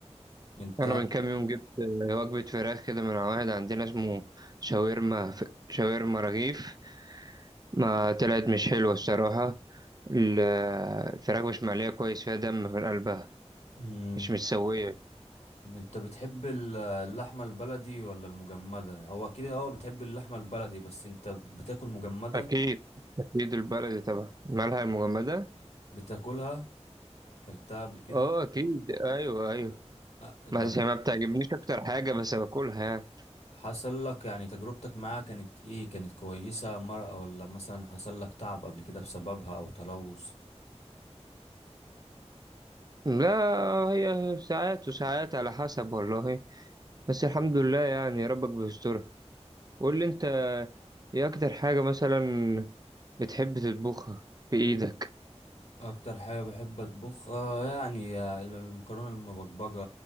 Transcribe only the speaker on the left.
انت
مم.
انت بتحب ال- اللحمة البلدي ولا المجمدة هو اكيد اه بتحب اللحمة البلدي بس انت بتاكل مجمدة
بتاكلها كلتها قبل كده
أه، ده
ب-
حصل لك يعني تجربتك معاها كانت ايه كانت كويسة مرة ولا مثلا حصل لك تعب قبل كده بسببها او تلوث
اكتر حاجه بحب اطبخها يعني المكرونه المبكبجه